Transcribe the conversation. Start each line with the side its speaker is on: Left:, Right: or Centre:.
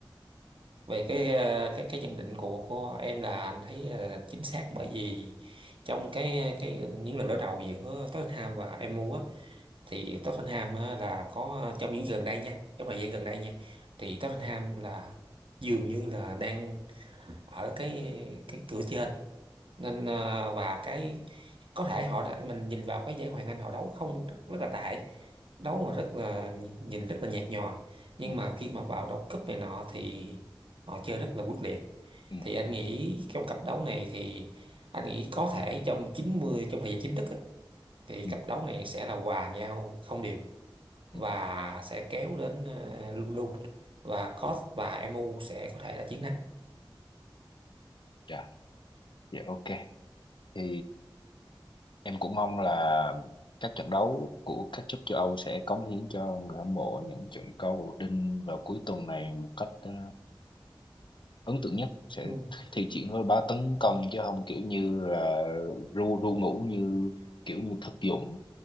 Right: Về cái ờ, cái cái nhận định của của em là anh thấy là chính xác bởi vì trong cái cái những lần đối đầu giữa Tottenham và MU á thì Tottenham á, là có ờ, trong những gần đây nha trong thời gian gần đây nha thì Tottenham là dường như là đang ở cái cái cửa trên nên à, và cái có thể họ đã mình nhìn vào cái giải Hoàng Anh họ đấu không rất, rất là tệ đấu mà rất là nhìn rất là nhạt nhòa nhưng
Left: ừ,
Right: mà khi mà vào đấu cúp này nọ thì họ chơi rất là quyết liệt
Left: ừ,
Right: thì anh nghĩ trong cặp đấu này thì anh nghĩ có thể trong chín mươi trong thời gian chính thức á, thì
Left: ừ,
Right: cặp đấu này sẽ là hòa nhau không đều và
Left: ừ. ừ.
Right: sẽ kéo đến ờ, luôn luôn và có và MU sẽ có thể là chiến thắng.
Left: Dạ, dạ ok thì Em cũng mong là các trận đấu của các club châu Âu sẽ cống hiến cho người hâm mộ những trận cầu đinh vào cuối tuần này một cách ờ, ấn tượng nhất sẽ
Right: Ừ.
Left: thi triển với bá tấn công chứ không kiểu như là ru ru ngủ như kiểu như thực dụng